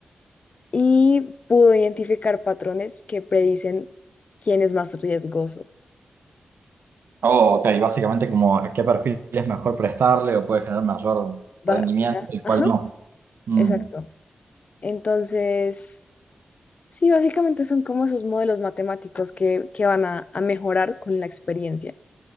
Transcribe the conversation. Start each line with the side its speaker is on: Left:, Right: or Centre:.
Left: y pudo identificar patrones que predicen quién es más riesgoso.
Right: Oh, ok, básicamente como a qué perfil es mejor prestarle o puede generar mayor rendimiento
Left: Va- Esa-
Right: y cuál
Left: Ajá,
Right: no. Mm.
Left: exacto. Entonces, sí, básicamente son como esos modelos matemáticos que, que van a, a mejorar con la experiencia.